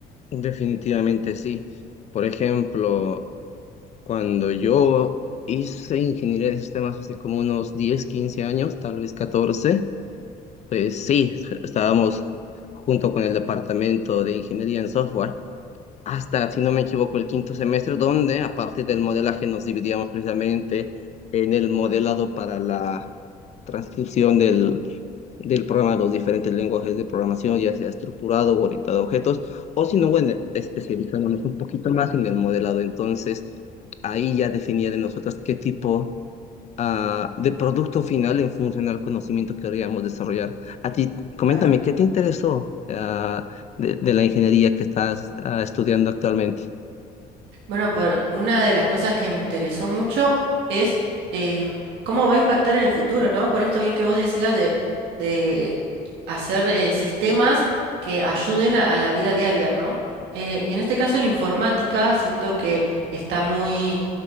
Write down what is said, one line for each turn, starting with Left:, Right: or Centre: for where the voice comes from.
Left: Definitivamente sí. Por ejemplo, cuando yo hice ingeniería de sistemas hace como unos 10 15 años, tal vez catorce Pues sí, estábamos junto con el departamento de ingeniería en software hasta, si no me equivoco, el quinto semestre, donde a partir del modelaje nos dividíamos precisamente en el modelado para la transcripción del, del programa a los diferentes lenguajes de programación, ya sea estructurado o orientado a objetos, o si no, bueno, especializándonos un poquito más en el modelado. Entonces, ahí ya definía de nosotros qué tipo ah, de producto final en función al conocimiento que queríamos desarrollar. A ti, coméntame,
Right: Claro.
Left: ¿qué te interesó ah, de, de la ingeniería que estás ah, estudiando actualmente?
Right: Bueno, por una de las cosas que me interesó mucho es em, cómo va a impactar en el futuro, ¿no? Por esto bien que vos decías de, de hacer eh, sistemas que ayuden a, a la vida diaria, ¿no? Eh, y en este caso la informática siento que está muy